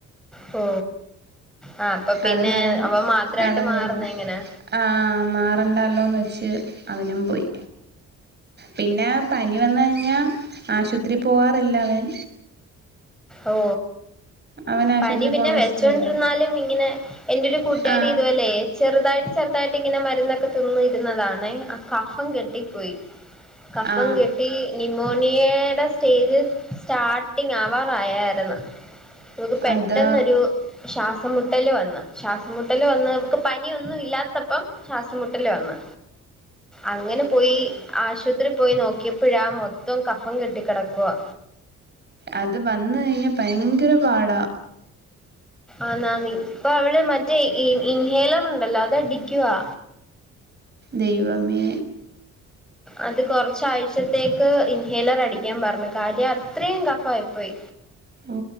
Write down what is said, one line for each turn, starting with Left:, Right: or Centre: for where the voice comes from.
Centre: ഓ ആ അപ്പൊ പിന്നെ
Right: അത് നട
Centre: അവൻ മാത്രായിട്ട്
Right: നടന്നില്ല
Centre: മാറുന്ന എങ്ങനാ
Right: ആഹ് മാറണ്ടല്ലോന്ന് വ ച്ച് അവനും പോയി പിന്നെ പനി വന്ന് കഴിഞ്ഞാൽ ആശുപത്രി പോകാറില്ല അവൻ
Centre: ഓ
Right: അവന് ആശുപത്രി
Centre: പനി പിന്നെ
Right: പോകുന്ന
Centre: വെച്ചോണ്ടിരുന്നാലും
Right: ഇഷ്ടല്ല
Centre: ഇങ്ങനെ എൻ്റൊരു കൂട്ടുകാരി
Right: ആ
Centre: ഇതുപൊല്ലേ ചെറുതായി ചെറുതായിട്ട് ഇങ്ങനെ മരുന്നൊക്കെ തിന്നിയിരുന്നതാണെ ആ കഫം കെട്ടിപ്പോയി കഫം
Right: ആ
Centre: കെട്ടി നി ഓനിയേടെ സ്റ്റേജ് സ്റ്റാർട്ടിങ് ആവാ വായിരുന്ന് അവക്ക് പെട്ടെന്നൊരു
Right: അതാ
Centre: ശ്വാസം മു മുട്ടല് വന്ന് ശ്വാസം മുട്ടല് വന്ന് അവക്ക് പനിയൊന്നും ഇല്ലാത്തപ്പം ശ്വാസംമുട്ടല് വന്ന് അങ്ങനെ പോയി ആശുപത്രീ പോയി നോക്കിയപ്പോഴാ മൊത്തം കഫം കെട്ടിക്കിടക്കുവാ
Right: അത് ഇത് വന്നു കഴിഞ്ഞാ ഭയങ്കര പാടാ
Centre: ആ ന ഇപ്പൊ അവള് മറ്റേ ഇൻഹേലർ ഉണ്ടല്ലോ അത് അടിക്കുവാ
Right: ദൈവമേ
Centre: അത് കൊറച്ചാഴ്ചത്തേക്ക് ഇൻഹേലർ അടിക്കാൻ പറഞ്ഞു കാര്യം അത്രയും കഫായിപ്പോയി
Right: ഓ